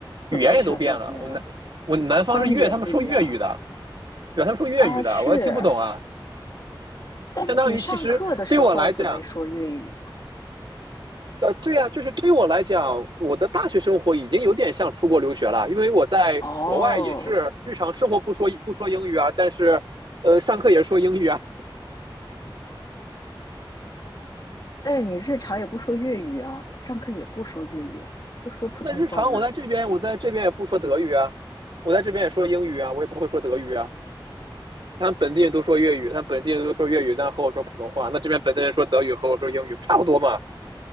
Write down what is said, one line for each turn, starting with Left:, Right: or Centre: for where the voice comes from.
Left: 怎么全都变了？
Right: 语言也都变了。我南我南方是粤，
Left: 方言不一样
Right: 他们说粤语的，对，他们说粤语的，
Left: 啊，是。
Right: 我也听不懂啊。
Left: 但你上课的时候怎么说粤语？
Right: 相当于其实对我来讲，呃，对呀，就是对于我来讲，我的大学生活已经有点像出国留学了，因为我在国外也是日常生活不说不说英语啊，
Left: 哦，
Right: 但是，呃，上课也是说英语啊。
Left: 但是你日常也不说粤语啊，上课也不说粤语啊，都说普通话呢。
Right: <laughs> 那日常我在这边，我在这边也不说德语啊，我在这边也说英语啊，我也不会说德语啊。他们本地人都说粤语，他们本地人都说粤语，但和我说普通话。那这边本地人说德语和我说英语，差不多嘛。